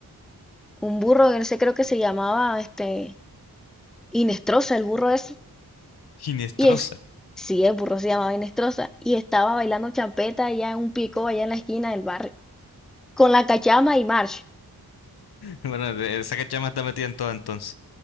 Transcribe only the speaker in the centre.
un burro que no sé, creo que se llamaba este Inestrosa, el burro ese.
Y es,
sí, el burro se llamaba Inestrosa. Y estaba bailando champeta allá en un pico, allá en la esquina del barrio, con la cachama y march.